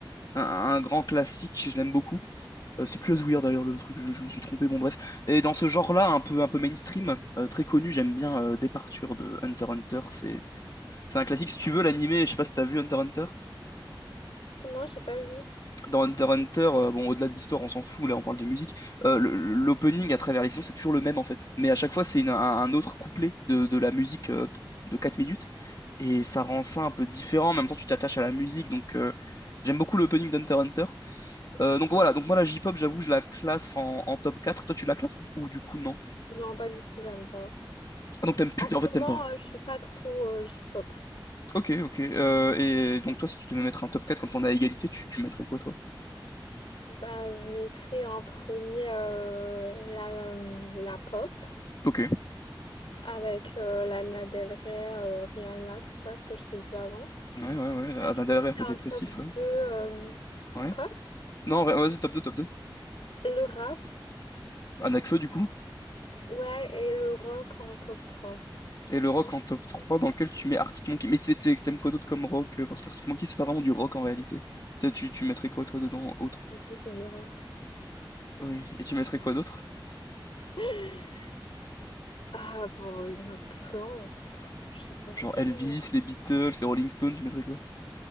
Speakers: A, on the left; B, on the left.
A: un, un grand classique, je l'aime beaucoup. Euh, c'est plus Asweir d'ailleurs le truc, je, je me suis trompé, bon bref. Et dans ce genre-là, un peu, un peu mainstream, euh, très connu, j'aime bien euh, Departure de Hunter x Hunter, c'est c'est un classique. Si tu veux l'animé, je sais pas si t'as vu Hunter x Hunter.
B: Non, j'ai pas vu.
A: Dans Hunter x Hunter, euh, bon au-delà de l'histoire, on s'en fout, là on parle de musique. Euh, le- l'opening à travers les saisons, c'est toujours le même en fait. Mais à chaque fois, c'est une- un, un autre couplet de, de la musique euh, de 4 minutes. Et ça rend ça un peu différent. En même temps, tu t'attaches à la musique, donc euh, j'aime beaucoup l'opening d'Hunter x Hunter. Euh, donc voilà, donc moi la J-pop, j'avoue, je la classe en, en top 4. Toi, tu la classes ou, ou du coup, non?
B: Non, pas du tout, j'aime pas.
A: Ah, donc t'aimes plus,
B: En ce
A: en fait, t'aimes
B: moment,
A: pas.
B: euh, je suis pas trop euh, J-pop.
A: Ok, ok. Euh, et donc toi, si tu devais mettre un top 4 comme ça on est à égalité, tu, tu mettrais quoi, toi?
B: Bah, je mettrais en premier euh, la, euh, la pop
A: Ok. Ouais,
B: avec euh, Lana Del Rey, euh, Rihanna, tout ça, ce que je t'ai dit avant.
A: ouais, ouais.
B: Bah,
A: D'un
B: je
A: derrière
B: mettrais
A: un peu
B: en
A: dépressif,
B: top
A: ouais.
B: 2 euh,
A: Ouais.
B: quoi?
A: Non, ouais, vas-y, top 2 top 2.
B: Le rap,
A: Anakfeu, du coup.
B: ouais, et le rock en top trois
A: Et le rock en top 3 dans lequel tu mets Arctic Monkey. Mais t'es- t'es- t'aimes quoi d'autre comme rock? euh, Parce qu'Arctic Monkey, c'est pas vraiment du rock en réalité. T'es- Tu, tu mettrais quoi, toi, dedans, autre?
B: Mais si, c'est du rock.
A: Oui. Et tu mettrais quoi d'autre?
B: <laughs> Ah bon, il y en a plein. Je sais pas
A: Genre
B: trop.
A: Elvis, les Beatles, les Rolling Stones, tu mettrais quoi?